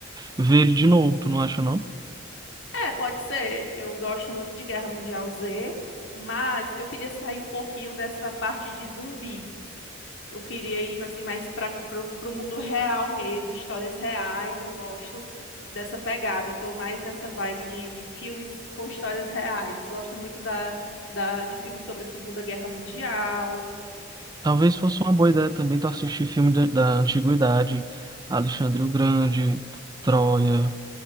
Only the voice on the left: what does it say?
É, pode ser. Eu gosto muito de Guerra Mundial Z, mas eu queria sair um pouquinho dessa parte de zumbi. Eu queria ir assim mais para o mundo real mesmo, histórias reais. Eu gosto dessa pegada. Eu tô mais nessa vibe de filmes com histórias reais. Gosto muito da, da de filmes sobre a Segunda Guerra Mundial.